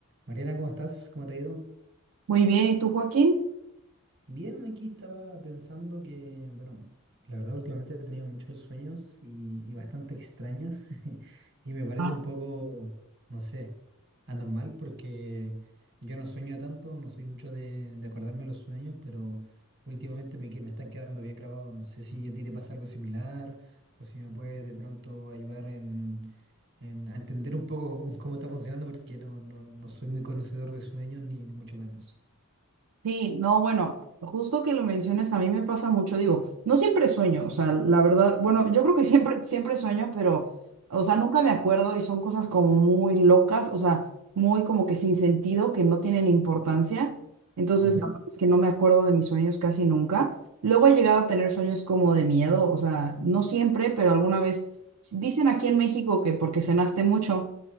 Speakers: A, on the right; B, on the right.
A: Mariana, ¿cómo estás? ¿Cómo te ha ido?
B: Muy bien, ¿y tú, Joaquín?
A: Bien, aquí estaba pensando que, bueno, la verdad últimamente he tenido muchos sueños y, y bastante extraños <laughs> y me parece
B: Ah,
A: un poco, no sé, anormal porque yo no sueño tanto, no soy mucho de, de acordarme los sueños, pero últimamente me, que- me están quedando bien grabados. No sé si a ti te pasa algo similar o si me puedes de pronto ayudar en, en- a entender un poco cómo, cómo está funcionando porque no, no, no soy muy conocedor de sueños ni ni mucho menos.
B: Sí, no, bueno, justo que lo menciones, a mí me pasa mucho, digo, no siempre sueño, o sea, la verdad, bueno, yo creo que siempre, siempre sueño, pero, o sea, nunca me acuerdo y son cosas como muy locas, o sea, muy como que sin sentido, que no tienen importancia, entonces
A: Ujú,
B: la verdad es que no me acuerdo de mis sueños casi nunca. Luego he llegado a tener sueños como de miedo, o sea, no siempre, pero alguna vez, dicen aquí en México que porque cenaste mucho.